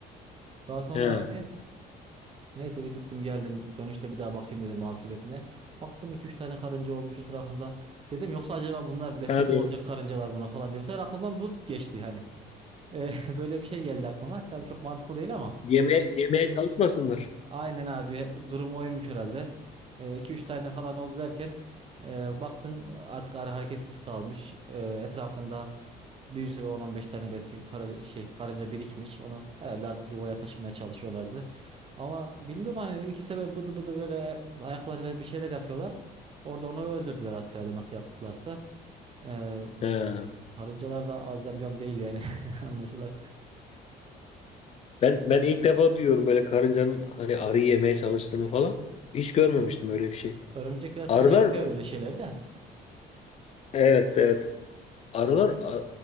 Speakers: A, on the right (about 35°); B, on the left (about 40°).
A: Daha sonra
B: ha,
A: abi neyse bir gittim geldim. Dönüşte bir daha bakayım dedim akıbetine. Baktım iki üç tane karınca olmuş etrafında. Dedim yoksa acaba bunlar destek
B: hadi
A: mi olacak
B: ya.
A: karıncalar buna falan diye. Bu sefer aklımdan bu geçti hani. Ee, <laughs> böyle bir şey geldi aklıma. Tabii çok mantıklı değil ama.
B: Yeme, yemeye çalışmasınlar.
A: Aynen abi durum oymuş herhalde. Ee, iki üç tane falan oldu derken e, baktın artık arı hareketsiz kalmış. E, etrafında bir sürü on on beş tane belki kara, şey karınca birikmiş. Onu herhalde artık yuvaya taşımaya çalışıyorlardı. Ama bilmiyorum hani ikisi de böyle bıdı bıdı böyle ayaklarıyla bir şeyler yapıyorlar. Orada onu öldürdüler artık herhalde nasıl yaptılarsa. E,
B: Ha.
A: karıncalar da az yamyam değil yani <laughs> anlaşılan.
B: Ben ben ilk defa duyuyorum böyle karıncanın hani arıyı yemeye çalıştığını falan. Hiç görmemiştim öyle bir şey.
A: Örümcekler falan
B: Arılar
A: yapıyor böyle şeyleri de.
B: evet evet. Arılar a-